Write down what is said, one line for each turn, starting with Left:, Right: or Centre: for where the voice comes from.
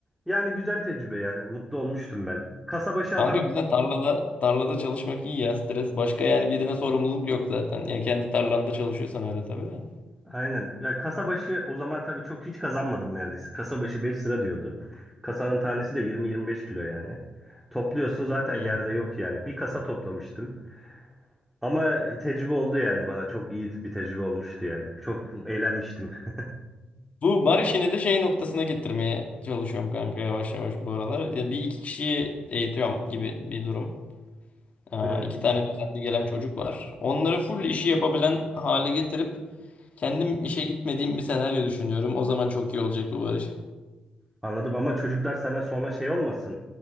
Centre: yani güzel tecrübe yani. Mutlu olmuştum ben. Kasabaşı
Left: Kanka
Centre: adam
Left: güzel tarlada tarlada çalışmak iyi ya stres başka yani birine sorumluluk yok zaten. Yani kendi tarlanda çalışıyorsan öyle tabii de.
Centre: aynen. Yani kasabaşı o zaman tabii çok hiç kazanmadım neredeyse. Kasabaşı 5 lira diyordu. Kasanın tanesi de yirmi yirmi beş kilo yani. Topluyorsun zaten
Left: Hı.
Centre: yerde yok yani. Bir kasa toplamıştım. Ama tecrübe oldu yani bana. Çok iyi bir tecrübe olmuştu yani. Çok eğlenmiştim. <laughs>
Left: Bu bar işini de şey noktasına getirmeye çalışıyorum kanka yavaş yavaş bu aralar. Ya bir iki kişiyi eğitiyorum gibi bir durum.
Centre: Hı,
Left: Aa, iki tane düzenli gelen çocuk var. Onları full işi yapabilen hale getirip kendim işe gitmediğim bir senaryo düşünüyorum. O zaman çok iyi olacak bu bar işi.
Centre: Anladım ama çocuklar sana sonra şey olmasın.